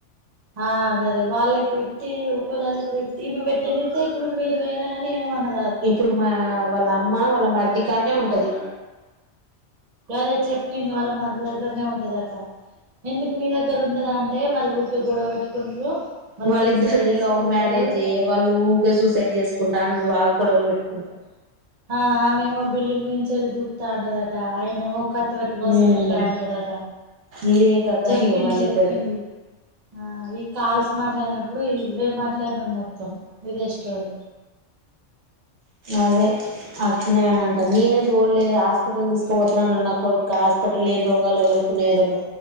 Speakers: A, on the right; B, on the right.
A: ఆదే ధ వాళ్ళకిట్ ఒకేళ్ళకి పెట్ ఈమె పెట్టని ఇప్పుడు మీరు వేనాని ఎమ్ అనా
B: ఇప్పుడు మా వాళ్ళ అమ్మ వాళ్ళ మర్దికానే ఉంటది
A: గదే చెప్పింది వాళ్ళ మరిది దగ్గరనే ఉంటదట ఎందుకు మీ దగ్గర ఉండదా అంటే వాళ్ళు ఊకే గొడవ పెట్టుకుంట్రు వాళ్ళు
B: వాళ్ళిద్దరిది
A: సూసైడ్ చేసుకుంటరు
B: లవ్ మ్యారేజే వాళ్ళు ఊకే సూసైడ్ చేసుకుంట నికి బాగా గొడవలు పెట్టుకుంటాారు
A: ఆ ఆమె మా బల్డింగ్ మించెల్దు అంటదట ఆయన ఏమో కత్తి పట్టి కోసుకుంటా
B: ఉమ్
A: అంటాడాట
B: ఇదే కథ
A: చెప్పింది
B: ఇగ వాళ్ళిద్దరిది
A: చెప్పింది ఆ ఈ కాల్స్ మాట్లాడినప్పుడు ఇవే మాట్లాడడం మొత్తం ఇదే స్టోరీ
B: అదే అట్నేనండి ననే దోల్లేదు హాస్పిటల్ తీసుకుపోతున్నా నా కొ హాస్పిటల్ ఏం రోగాలు ఎవడుకునేదలో